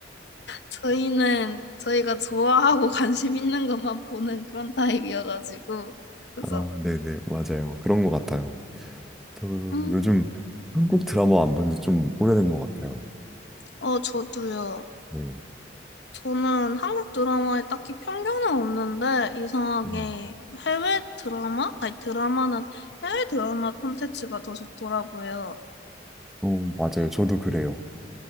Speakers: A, on the left; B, in the centre.
A: 저희는 저희가 좋아하고 <laughs> 관심 있는 것만 보는 그런 타입이어가지고 그래서
B: 아, 네네. 맞아요. 그런 것 같아요. 저
A: 음,
B: 요즘 한국 드라마 안 본지 좀 오래된 것 같아요.
A: 어 저도요.
B: 네.
A: 저는 한국 드라마에 딱히 편견은 없는데 이상하게
B: 음.
A: 해외 드라마? 아니 드라마는 해외 드라마 콘텐츠가 더 좋더라고요.
B: 어, 맞아요. 저도 그래요.